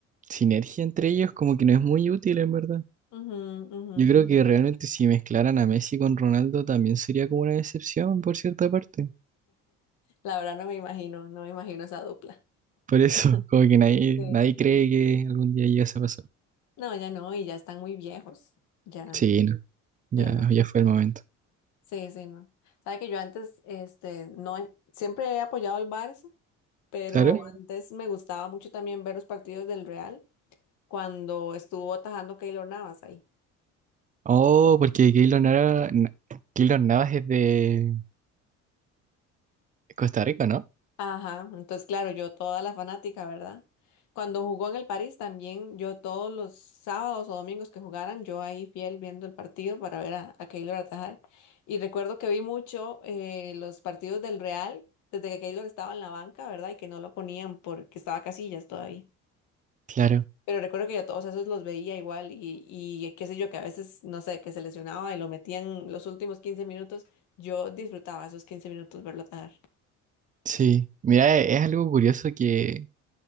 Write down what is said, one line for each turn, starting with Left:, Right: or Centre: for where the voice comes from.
Right: sinergia entre ellos, como que no es muy útil en verdad.
Left: Ujú, ujú.
Right: Yo creo que realmente si mezclaran a Messi con Ronaldo también sería como una decepción por cierta parte.
Left: La verdad no me imagino, no me imagino esa dupla.
Right: Por eso, <laughs> como que nadie,
Left: Sí.
Right: nadie cree que algún día llegase a pasar.
Left: No, ya no, y ya están muy viejos. Ya,
Right: Sí, no, ya,
Left: sí, no.
Right: ya fue el momento.
Left: Sí, sí, no. Sabe que yo antes, este, no, he- siempre he apoyado al Barça, pero
Right: Claro. Sí.
Left: antes me gustaba mucho también ver los partidos del Real. cuando estuvo atajando Keylor Navas ahí.
Right: Oh, porque Keylor Nava, Na- Keylor Navas es de Costa Rica, ¿no?
Left: Ajá, entonces claro, yo toda la fanática, ¿verdad? Cuando jugó en el París también, yo todos los sábados o domingos que jugaran, yo ahí fiel viendo el partido para ver a, a Keylor atajar. Y recuerdo que vi mucho eh, los partidos del Real desde que Keylor estaba en la banca, ¿verdad? Y que no lo ponían porque estaba Casillas todavía.
Right: Claro,
Left: Pero recuerdo que yo todos esos los veía igual y, y qué sé yo, que a veces, no sé, que se lesionaba y lo metían los últimos 15 minutos. Yo disfrutaba esos 15 minutos verlo dar.
Right: sí. Mira, e- es algo curioso que